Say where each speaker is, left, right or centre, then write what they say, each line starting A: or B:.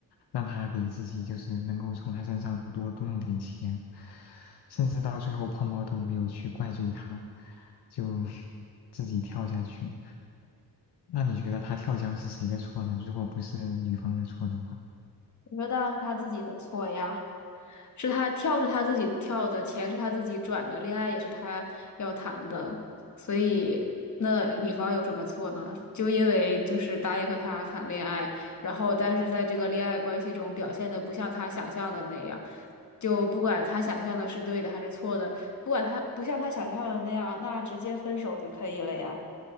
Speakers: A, on the left; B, on the left.
A: 让他给自己就是能够从他身上多多弄点钱，甚至到最后胖猫都没有去怪罪他，就 <laughs> 自己跳下去。那你觉得他跳江是谁的错呢？如果不是女方的错的话，
B: <laughs> 我觉得当然是他自己的错呀。是他跳是他自己跳的，钱是他自己转的，恋爱也是他要谈的，所以那女方有什么错呢？就因为就是答应和他谈恋爱，然后但是在这个恋爱关系中表现的不像他想象的那样，就不管他想象的是对的还是错的，不管他不像他想象的那样，那直接分手就可以了呀。